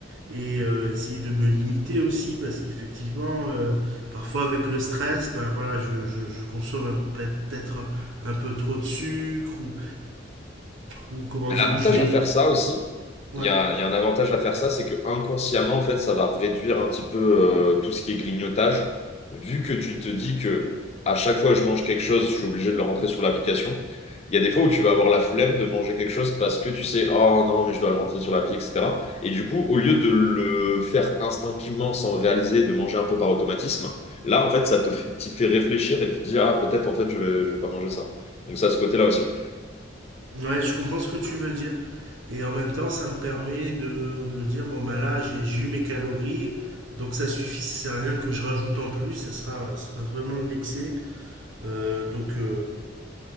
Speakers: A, on the right; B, on the left.
A: et euh, essayer de me limiter aussi parce qu'effectivement, euh, parfois avec le stress, ben voilà, je, je, je consomme un- peut-être un peu trop de sucre ou, ou comment
B: Mais
A: dire,
B: l'avantage
A: où je vais
B: à faire ça aussi,
A: Ouais.
B: il y a, il y a un avantage à faire ça, c'est que inconsciemment, en fait, ça va réduire un petit peu euh, tout ce qui est grignotage, vu que tu te dis que à chaque fois que je mange quelque chose, je suis obligé de le rentrer sur l'application. Il y a des fois où tu vas avoir la flemme de manger quelque chose parce que tu sais, oh non, mais je dois le rentrer sur l'appli, etc. Et du coup, au lieu de le faire instinctivement sans le réaliser, de manger un peu par automatisme, là, en fait, ça te fait, t'y fait réfléchir et tu te dis, ah, peut-être, en fait, je vais, je vais pas manger ça. Donc, ça, a ce côté-là aussi.
A: Ouais, je comprends ce que tu veux dire. Et en même temps, ça me permet de, de dire, bon, ben là, j'ai j'ai eu mes calories, donc ça suffit, ça sert à rien que je rajoute en plus, ça sera, ça sera vraiment de l'excès. Euh, donc euh,